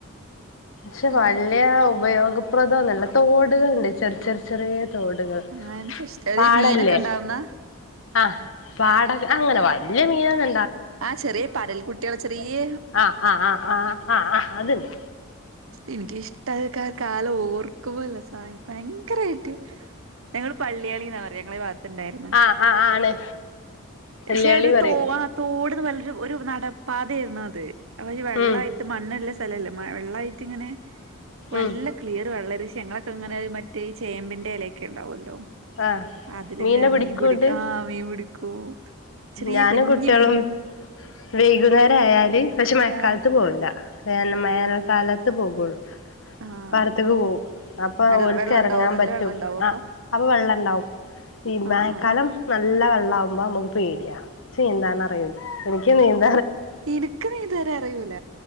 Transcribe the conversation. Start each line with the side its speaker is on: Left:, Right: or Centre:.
Left: ച്
Right: ആഹ്
Left: വല്ല്യാവും. ഉപയോഗപ്രദൊല്ലല്ലോ തോട്കള്ണ്ട് ചെറ് ചെറ് ചെറിയെ തോടുകൾ
Right: ആഹ് എനിക്കിഷ്ട
Left: പാടല്ലേ?
Right: ഈ മീനൊക്കെ ഉണ്ടാവുന്ന
Left: ആ പാടക് അങ്ങനെ വല്ല്യ മീനൊന്ന
Right: ആ ചെറിയെ പരൽ കുട്ട്യാള് ചെറ്യേ
Left: ആഹ് ആഹ് ആഹ് ആ ആഹ് ആഹ് അത്ണ്ട്.
Right: ഇനിക്കിഷ്ടായൊക്കെ ആകാലോർ കുവലസൈൻ ഭയങ്കരായിട്ട് ഞങ്ങള് പള്ളിയാണിന്നാ പറ്യ ഞങ്ങള ഭാഗത്ത്ണ്ടായ്ര്ന്ന്
Left: ആഹ് ആഹ് ആണ് വെല്ലുവിളി
Right: ശെ ഒരു
Left: പറയും
Right: തോവ തോടന്ന് വല്ല ഒരു നടാം പാത ആയിരുന്നു അത് ഒരു വെള്ളായിട്ട്
Left: ഉം
Right: മണ്ണ് എല്ലാം നല്ല സ്ഥലമല്ലേ വെള്ളായിട്ട് ഇങ്ങനെ നല്ല
Left: ഉം
Right: ക്ലിയർ വെള്ളമാണ് ഞങ്ങളൊക്കെ അങ്ങനെ ഒരു മറ്റേ ഈ ചേമ്പിന്റെ ഇലൊക്കെ ഇണ്ടാവുമല്ലോ
Left: ആഹ്
Right: അതില്ങ്ങ
Left: മീനെ പിടിക്കൂണ്ട്
Right: മീൻ പിടിക്കാം ആ മീൻ പിടിക്കും ചെറിയ
Left: ഞാനും
Right: കുഞ്ഞു
Left: കുട്ടികളും
Right: മീൻ
Left: ഉം വൈകുന്നേരം ആയാല് പക്ഷേ മഴക്കാലത്ത്
Right: ആഹ്
Left: പോവില്ല വേന വേനൽക്കാലത്ത് പോകയുള്ളൂ
Right: ആഹ്
Left: പാടത്തേക്ക് പോവും അപ്പൊ
Right: നല്ല
Left: ഓൾക്ക്
Right: വെള്ളം
Left: ഇറങ്ങാൻ
Right: ഉണ്ടാവോ നല്ല
Left: പറ്റും
Right: വെള്ളം ഉണ്ടാവോ
Left: ആ അപ്പൊ വെള്ളം ഉണ്ടാകും,
Right: ആഹ്
Left: മഴക്കാലം
Right: ആഹ്
Left: നല്ല വെള്ള ള്ളം ആകുമ്പം മ്മക്ക് പേടിയ നീന്താൻ എനിക്ക് നീന്തൻ അറിയില്ല
Right: ഇനിക്ക് നീന്തൽ അറിയൂല